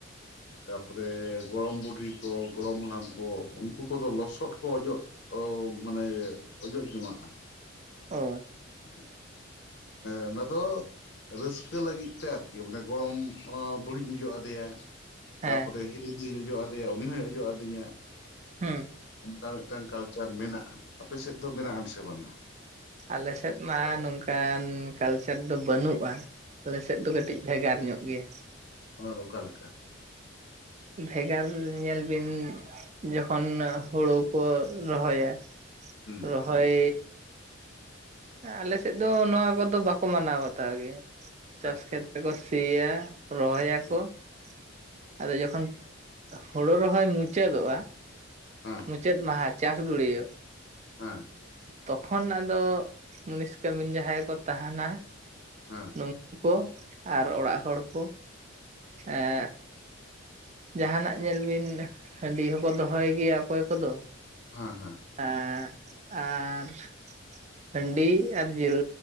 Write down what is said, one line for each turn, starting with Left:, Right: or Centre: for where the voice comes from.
Left: ᱛᱟᱯᱚᱨᱮ ᱜᱚᱲᱚᱢ ᱵᱩᱰᱷᱤ ᱠᱚ ᱜᱚᱲᱚᱢ ᱦᱟᱲᱟᱢ ᱠᱚ ᱩᱱᱠᱩ ᱠᱚᱫᱚ ᱞᱚᱥᱚᱫ ᱠᱚ ᱚᱡᱚᱜ ᱢᱟᱱᱮ ᱚᱡᱚᱜ ᱡᱚᱝᱣᱟᱜᱼᱟ ᱾
Right: ᱳᱸ
Left: ᱦᱩᱸ ᱾ ᱚᱱᱟ ᱫᱚ ᱨᱟᱹᱥᱠᱟᱹ ᱞᱟᱹᱜᱤᱫ ᱛᱮ ᱟᱨᱠᱤ ᱢᱟᱱᱮ ᱜᱚᱲᱚᱢ ᱵᱟᱹᱲᱤᱡ ᱚᱡᱚᱜ ᱟᱫᱮᱭᱟ ᱾
Right: ᱦᱮᱸ
Left: ᱛᱟᱯᱚᱨᱮ ᱦᱤᱞᱤ ᱜᱮ ᱚᱡᱚᱜ ᱟᱫᱮᱭᱟ ᱩᱱᱤ ᱦᱚᱭ ᱚᱡᱚᱜ ᱟᱫᱤᱧᱟ ᱾
Right: ᱦᱩᱸ ᱾
Left: ᱚᱱᱠᱟ ᱢᱤᱫᱴᱟᱝ ᱠᱟᱞᱪᱟᱨ ᱢᱮᱱᱟᱜᱼᱟ ᱟᱯᱮ ᱥᱮᱫ ᱫᱚ ᱢᱮᱱᱟᱜ ᱟᱱ ᱥᱮ ᱵᱟᱝᱟ?
Right: ᱟᱞᱮᱥᱮᱫ ᱢᱟ ᱱᱚᱝᱠᱟᱱ ᱠᱟᱞᱪᱟᱨ ᱫᱚ ᱵᱟᱹᱱᱩᱜᱼᱟ ᱾ ᱟᱞᱮᱥᱮᱫ ᱫᱚ ᱠᱟᱹᱴᱤᱡ ᱵᱷᱮᱜᱟᱨ ᱧᱚᱜ ᱜᱮᱭᱟ ᱾
Left: ᱚᱱᱟ ᱫᱚ ᱚᱠᱟ <inaudible>
Right: ᱵᱷᱮᱜᱟᱨ ᱧᱮᱞ ᱵᱤᱱ ᱡᱚᱠᱷᱚᱱ ᱦᱩᱲᱩ ᱠᱚ ᱨᱚᱦᱚᱭᱟ
Left: ᱦᱩᱸ
Right: ᱨᱚᱦᱚᱭ ᱟᱞᱮᱥᱮᱫ ᱫᱚ ᱱᱚᱣᱟ ᱠᱚᱫᱚ ᱵᱟᱠᱚ ᱢᱟᱱᱟᱣ ᱵᱟᱛᱟᱣ ᱜᱮᱭᱟ ᱪᱟᱥ
Left: ᱟᱪᱪᱷᱟ
Right: ᱠᱷᱮᱛ ᱨᱮᱠᱚ ᱥᱤᱭᱟ, ᱨᱚᱦᱚᱭᱟᱠᱚ
Left: ᱦᱮᱸ
Right: ᱾ ᱟᱫᱚ ᱡᱚᱠᱷᱚᱱ ᱦᱩᱲᱩ ᱨᱚᱦᱚᱭ ᱢᱩᱪᱟᱹᱫᱚᱜᱼᱟ
Left: ᱦᱮᱸ
Right: ᱢᱩᱪᱟᱹᱫ ᱢᱟᱦᱟᱸ ᱪᱟᱥ ᱜᱩᱲᱤᱭᱟ
Left: ᱦᱮᱸ ᱾
Right: ᱛᱚᱠᱷᱚᱱ ᱟᱫᱚ ᱢᱩᱱᱤᱥ ᱠᱟᱹᱢᱤᱱ ᱡᱟᱦᱟᱸᱭ ᱠᱚ ᱛᱟᱦᱮᱱᱟ ᱾
Left: ᱦᱮᱸ ᱾
Right: ᱱᱩᱠᱩ ᱠᱚ ᱟᱨ ᱚᱲᱟᱜ ᱦᱚᱲ ᱠᱚ, ᱮᱸ ᱡᱟᱦᱱᱟᱜ ᱧᱮᱞ ᱵᱤᱱ ᱦᱟᱺᱰᱤ ᱦᱚᱸᱠᱚ ᱫᱚᱦᱚᱭ ᱜᱮᱭᱟ ᱚᱠᱚᱭ ᱠᱚᱫᱚ,
Left: ᱦᱮᱸ ᱦᱮᱸ ᱾
Right: ᱮᱸ ᱟᱨ ᱦᱟᱺᱰᱤ ᱟᱨ ᱡᱤᱞ